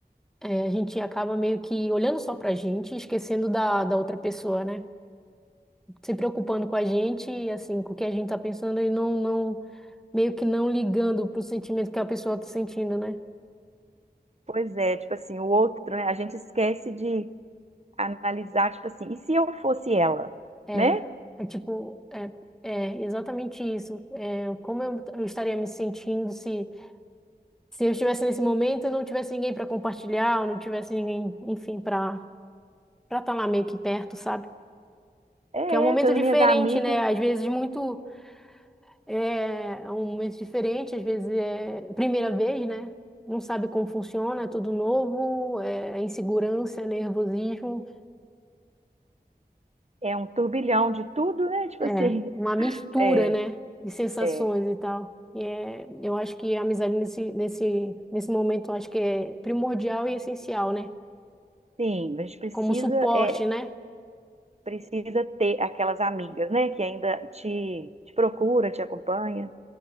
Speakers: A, in the centre; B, on the right.
A: é, a gente acaba meio que olhando só pra gente, e esquecendo da, da outra pessoa, né? Se preocupando com a gente, e assim, com o que a gente tá pensando e não, não, meio que não ligando pro sentimento que a pessoa tá sentindo, né?
B: Pois é, tipo assim, o outro, né? A gente esquece de analisar, tipo assim, e se eu fosse ela,
A: É,
B: né?
A: é tipo, é, é exatamente isso. É, como eu, eu estaria me sentindo se, se eu estivesse nesse momento e não tivesse ninguém para compartilhar, ou não tivesse ninguém, enfim, para para estar lá meio que perto, sabe?
B: É,
A: Que é um momento
B: essas
A: diferente,
B: minhas amigas,
A: né? Às vezes muito é, é um momento diferente, às vezes é primeira vez, né? Não sabe como funciona, é tudo novo, é é insegurança, é nervosismo.
B: é um turbilhão de tudo, né? Tipo
A: É,
B: assim,
A: uma
B: <laughs>
A: mistura,
B: é.
A: né, de sensações
B: É,
A: e tal. E é, eu acho que a amizade nesse, nesse, nesse momento, eu acho que é primordial e essencial, né?
B: sim, a gente precisa
A: Como suporte,
B: é
A: né?
B: precisa ter aquelas amigas, né, que ainda te, te procura, te acompanha.